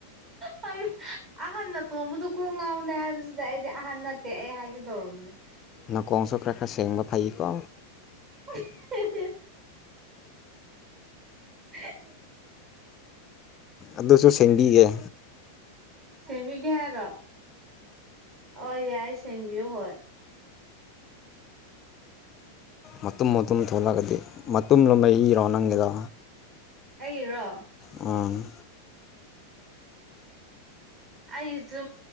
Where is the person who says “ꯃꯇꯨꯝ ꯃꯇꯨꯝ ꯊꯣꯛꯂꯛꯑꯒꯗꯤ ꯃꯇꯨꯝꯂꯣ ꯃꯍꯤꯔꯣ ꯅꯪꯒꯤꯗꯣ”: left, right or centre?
Left